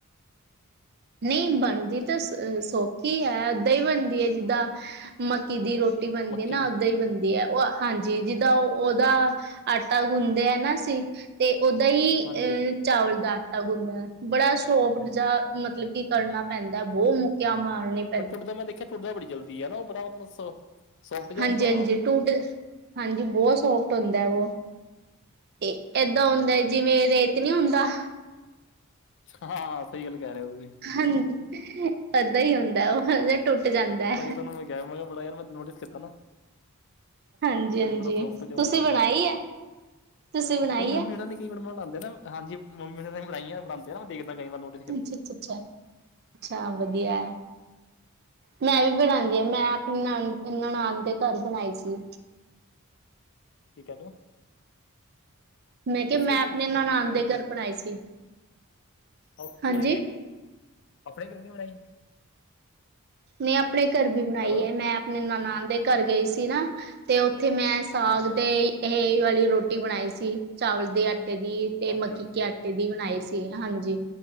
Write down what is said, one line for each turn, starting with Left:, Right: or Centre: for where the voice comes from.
Right: ਨਈਂ ਬਣਦੀ ਤਾਂ ਸ ਸੌਖੀ ਆ। ਏਦਾਂ ਈ ਬਣਦੀ ਏ ਜਿੱਦਾਂ ਮੱਕੀ ਦੀ ਰੋਟ ਰੋਟੀ ਬਣਦੀ
Left: ਮੱਕੀ
Right: ਏ ਨਾਂ।
Left: ਦੀ
Right: ਓਦਾਂ ਈ ਬਣਦੀ ਐ। ਓ ਹਾਂਜੀ ਜਿੱਦਾਂ ਓ ਓਦਾ ਆਟ ਆਟਾ ਗੁੰਣਦੇ ਆ ਨਾ ਅਸੀ ਤੇ ਓਦਾਂ ਈ
Left: ਹਾਂਜੀ
Right: ਏ
Left: ਹਾਂਜੀ।
Right: ਚਾਵਲ ਦਾ ਆਟਾ ਗੁੰਦਾ ਐ। ਬੜਾ ਸੋਫਟ ਜਿਆ ਮਤਲਬ ਕੀ ਕਰਨਾ ਪੈਂਦਾ ਬੋਤ ਮੁੱਕੀਆਂ ਮਾਰਣੀ।
Left: ਪਰ ਟੁੱਟਦਾ ਮੈਂ ਦੇਖਿਆ, ਟੁੱਟਦਾ ਬੜੀ ਜਲਦੀ ਐ ਨਾ ਓ ਬੜਾ ਮਤਲਬ ਸ ਸੋਫਟ ਜਿਹਾ
Right: ਹਾਂਜੀ,
Left: ਹੁੰਦਾ
Right: ਹਾਂਜੀ
Left: ਵਾ
Right: ਟੂਟ ਹਾਂਜੀ, ਬੋਤ ਸੋਫਟ ਹੁੰਦਾ ਓ। ਏ
Left: ਹਾਂ।
Right: ਏਦਾਂ ਹੁੰਦਾ ਜਿਵੇਂ ਰੇਤ ਨੀ ਹੁੰਦਾ।
Left: ਹਾਂ ਹਾਂ, ਸਈ ਗੱਲ ਕੈ ਰੇ ਓ ਤੁਸੀਂ।
Right: ਹਾਂਜੀ, ਏਦਾਂ ਈ ਹੁੰਦਾ ਓ, ਹ ਟੁੱਟ ਜਾਂਦਾ ਐ।
Left: ਤਾਂ ਹੀ ਤੁਹਾਨੂੰ ਮੈਂ ਕਿਹਾ ਮੈਂ ਕਿਹਾ ਬੜਾ ਯਾਰ ਮੈਂ ਨੋਟਿਸ ਕੀਤਾ ਨਾ।
Right: ਹਾਂਜੀ-ਹਾਂਜੀ,
Left: ਏ ਬੜਾ ਸੋਫਟ ਜਿਆ
Right: ਤੁਸੀਂ
Left: ਹੁੰਦਾ
Right: ਬਣਾਈ
Left: ਵਾ।
Right: ਐ? ਤੁਸੀਂ ਬਣਾਈ
Left: ਓ ਮੰਮੀ
Right: ਐ?
Left: ਹੁਣਾ ਨੇ ਕਈ ਵਾਰ ਬਣਾਂਦੇ ਨਾ ਹਾਂਜੀ। ਮੰਮੀ ਨੇ ਮੈਂ ਬਣਾਈਆਂ ਬਣਾਂਦੇ ਨਾਂ ਦੇਖਦਾ ਕਈ ਵਾਰ ਨੂੰ।
Right: ਅੱਛ ਅੱਛ ਅੱਛਾ, ਅੱਛਾ ਵਧੀਆ। ਮੈਂ ਵੀ ਬਣਾਦ ਦੀ। ਮੈਂ ਅਪਨੀ ਨਨ, ਨਨਾਨ ਦੇ ਘਰ ਬਣਾਈ ਸੀ।
Left: ਕੀ ਕਦੋ?
Right: ਮੈਂ ਕਿਹਾ
Left: ਤੁਸੀਂ
Right: ਮੈਂ
Left: ਆਪਣੀ
Right: ਆਪਣੇ
Left: ਦੱਸੋ।
Right: ਨਨਾਣ
Left: ਤੁਹਾਡੀ ਕੀ ਹੋਬੀਜ਼?
Right: ਦੇ ਘਰ ਬਣਾਈ ਸੀ,
Left: ਓਕੇ।
Right: ਹਾਂਜੀ,
Left: ਆਪਣੇ ਘਰੇ ਨੀਂ ਬਣਾਈ?
Right: ਨਈਂ ਆਪਣੇ ਘਰ ਵੀ ਬਣਾਈ
Left: ਹੈਲੋ
Right: ਐ। ਮੈਂ ਆਪਣੇ ਨਨਾਨ ਦੇ ਘਰ ਗਈ ਸੀ ਸੀ ਨਾ ਤੇ ਮੈਂ ਉੱਥੇ ਮੈਂ ਸਾਗ
Left: ਹਾਂਜੀ ਹਾਂਜੀ
Right: ਤੇ ਏ ਵਾਲੀ ਰੋਟੀ ਬਣਾਈ ਸੀ। ਚਾਵਲ ਦੇ ਆਟੇ ਦੀ। ਤੇ
Left: ਓਕੇ
Right: ਮੱਕੀ
Left: ਓਕੇ
Right: ਕੇ ਆਟੇ ਦੀ ਬਣਾਈ ਸੀ। ਹਾਂਜੀ।